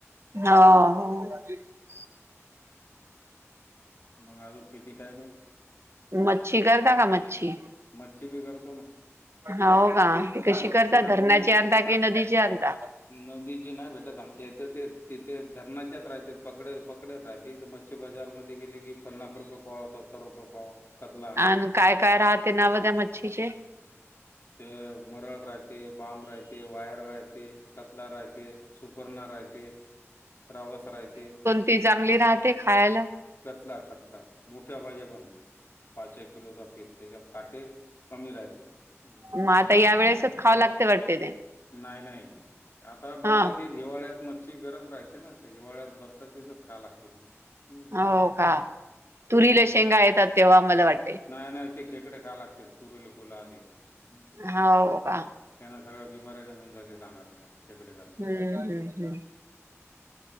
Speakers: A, on the right; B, on the left.
A: हा. हो. <unintelligible>
B: मंग आजून किती टाईम आहे.?
A: मच्छी, करता का, मच्छी?
B: मच्छी बी करतो ना.
A: हो का? ती कशी
B: मच्छी
A: करतात?
B: आणून
A: धरणाची आणता कि नदीची आणता?
B: नदीची नाही भेटत आमच्या इथ, ते तिथे धरणाच्याच रायतेत, पकडत-पकडत राहतेत म मच्छी बाजार मध्ये गेले की, पन्नास रुपये पाव, सत्तर रुपये पाव. कतला
A: आन काय-काय राहते नाव त्या मच्छीचे?
B: ते मरळ रायते, बाम रायते, वायर रायते. कतला रायते, सुपर्णा रायते, रावस रायते.
A: ती चांगली राहते खायाला.
B: कतला-कतला मोठ्या पायजे पण, पाच एक किलोचा फीट <unintelligible> त्याच्यात काटे कमी रायतेल. हम्म.
A: मग आता या वेळेसच खावं लागते वाटते ते
B: नाय-नाय आता बरसात
A: हा
B: दिन हिवाळ्यात मच्छी गरम राहते ना तर हिवाळ्यात बरसात खा लागते ती. हम्म
A: हाव का? तुरीला शेंगा येतात तेव्हा मला वाटे.
B: नाय-नाय ते खेकडे खायला लागते, तुरीला फुल आले कि, हम्म.
A: हाव का
B: त्यांने सगळ्या बिमऱ्या निगुन जात्यात अंगातल्या. खेकडे खाल
A: हम्म हम्म ह्म.